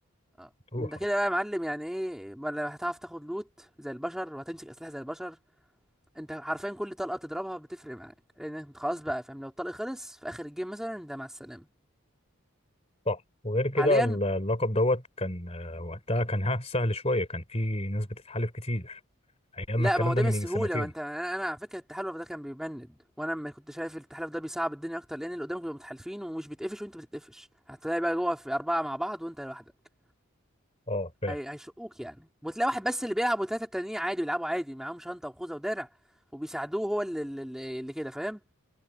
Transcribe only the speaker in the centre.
اه
انت كده
بقى يا معلم يعني ايه ولا هتعرف تاخد لوت زي البشر وهتمسك اسلحه زي البشر انت حرفيا كل طلقه بتضربها بتفرق معاك لان انت خلاص بقى فاهم لو الطلق خلص في اخر الجيم مثلا انت مع السلامه
حاليا
لا
ما هو ده
بالسهوله
ما انت انا انا على فكره التحالف ده كان بيبند وانا ما كنت شايف التحالف ده بيصعب الدنيا اكتر لان اللي قدامك بيبقوا متحالفين ومش بيتقفش وانت بتتقفش هتلاقي بقى جوه في اربعه مع بعض وانت لوحدك
هي... هيشقوك يعني وتلاقي واحد بس اللي بيلعب وثلاثه التانيين عادي بيلعبوا عادي معاهم شنطه وخوذه ودرع وبيساعدوه هو اللي, اللي اللي كده فاهم